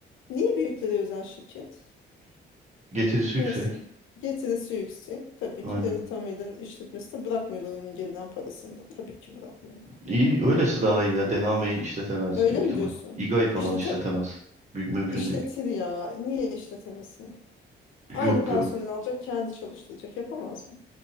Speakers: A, on the left (about 85°); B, on the right (about 35°).
A: Niye büyükleri özel şirket?
B: Getirisi
A: Neyse.
B: yüksek.
A: Getirisi yüksek. Tabii
B: Aynen.
A: ki Deli Tamir'den işletmesine bırakmıyorlar onun gelen parasını da. Tabii ki bırakmıyorlar.
B: İyi öylesi
A: Bırakırlar.
B: daha iyi ya. DHMİ'yi işletemez
A: Öyle
B: büyük
A: mi
B: ihtimal.
A: diyorsun?
B: İGA'yı falan
A: İşlete
B: işletemez. Büyük mümkün
A: işletir
B: değil.
A: ya. Niye işletemesin?
B: Yok
A: Aynı personel
B: yok.
A: alacak, kendi çalıştıracak. Yapamaz mı?